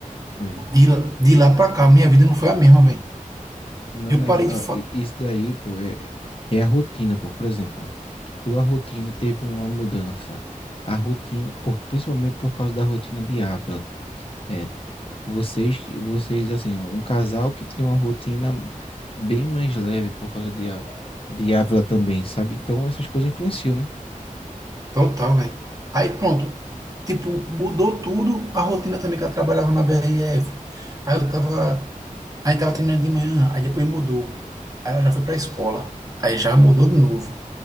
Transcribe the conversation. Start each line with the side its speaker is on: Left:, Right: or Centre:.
Left: Foi.
Right: de, lá- de lá pra cá, minha vida não foi a mesma, velho.
Left: Não,
Right: Eu
Left: mas
Right: parei
Left: ó,
Right: de fa...
Left: i- isso daí, pô, é, é a rotina, pô. Por exemplo, tua rotina teve uma mudança. A rotina, por, principalmente por causa da rotina de Ávila. é, Vocês, vocês, assim, um casal que tinha uma rotina bem mais leve por causa de, Á- de Ávila também, sabe? Então essas coisas influenciam, né?
Right: total, velho. Aí pronto, tipo, mudou tudo, a rotina também que ela trabalhava na BRF. Aí eu tava, aí tava treinando de manhã, aí depois mudou. Aí ela já foi pra escola, aí já mudou de novo.